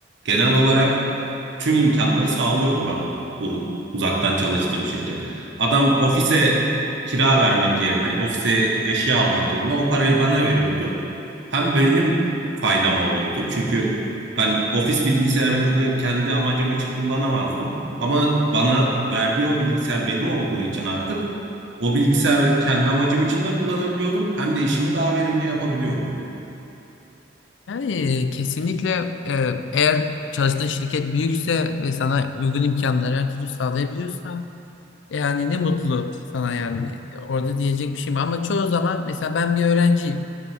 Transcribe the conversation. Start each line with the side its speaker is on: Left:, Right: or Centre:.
Right: Genel olarak tüm imkanları sağlıyordu bana bu uzaktan çalıştığım şirket. Adam ofise kira vermek yerine, ofise eşya almak yerine o parayı bana veriyordu. Hem benim faydama oluyordu. Çünkü ben ofis bilgisayarını kendi amacım için kullanamazdım. Ama bana verdiği o bilgisayar benim olduğu için artık o bilgisayarı kendi amacım için de kullanabiliyordum. Hem de işimi daha verimli yapabiliyordum.
Left: Yani e, kesinlikle e, eğer çalıştığın şirket büyükse ve sana uygun imkanları her türlü sağlayabiliyorsa yani ne mutlu sana yani orada diyecek bir şey mi? Ama çoğu zaman mesela ben bir öğrenciyim